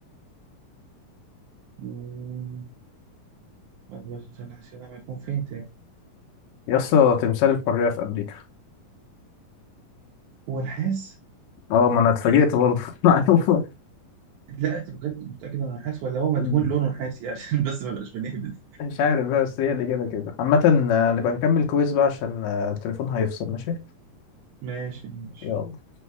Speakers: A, on the right; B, on the left.
A: مم، بس استنى عشان أعرف هيكون فين تاني
B: يسطا تمثال الحرية في أمريكا
A: هو نحاس؟
B: اه ما أنا اتفاجئت برضه <laughs> معلومة
A: لا أنت متأكد متأكد إنه نحاس ولا هو مدهون
B: مم.
A: لونه نحاسي <laughs> عشان بس ما نبقاش بنهبد
B: مش عارف بقى بس هي الإجابة كده عامة آه، نبقى نكمل كويز بقى عشان آه، التليفون هيفصل ماشي
A: ماشي ماشي
B: يلا